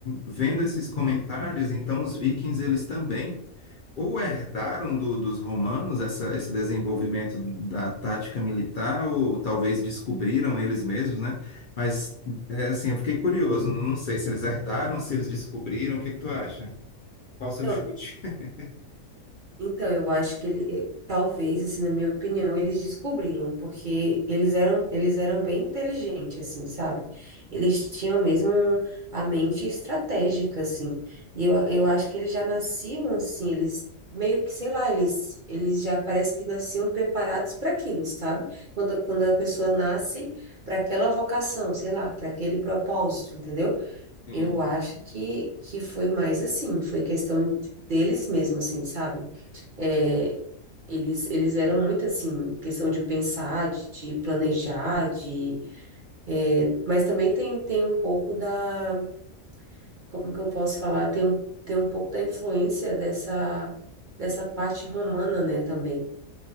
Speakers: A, on the left; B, on the right.
A: Vendo esses comentários, então os vikings eles também ou herdaram do- dos romanos essa- esse desenvolvimento
B: Uhum.
A: da tática militar, ou talvez descobriram eles mesmos, né? Mas é, assim, eu fiquei curioso, não não sei se eles herdaram, se eles descobriram, o que que tu acha? Qual
B: Então.
A: o seu chute? <laughs>
B: Então, eu acho que ele, eh, talvez, assim, na minha opinião, eles descobriram, porque eles eram, eles eram bem inteligentes, assim, sabe? Eles tinham mesmo a mente estratégica, assim. E eu, eu acho que eles já nasciam assim, eles meio que, sei lá, eles, eles já parece que nasciam preparados para aquilo, sabe? Quando, quando a pessoa nasce para aquela vocação, sei lá, para aquele propósito, entendeu?
A: Sim.
B: Eu acho que, que foi mais assim, foi questão de- deles mesmo, assim, sabe? É, eles, eles eram muito assim, questão de pensar, de, de planejar, de, é, mas também tem, tem um pouco da, como que eu posso falar, tem, um- tem um pouco da influência dessa, dessa parte romana, né, também,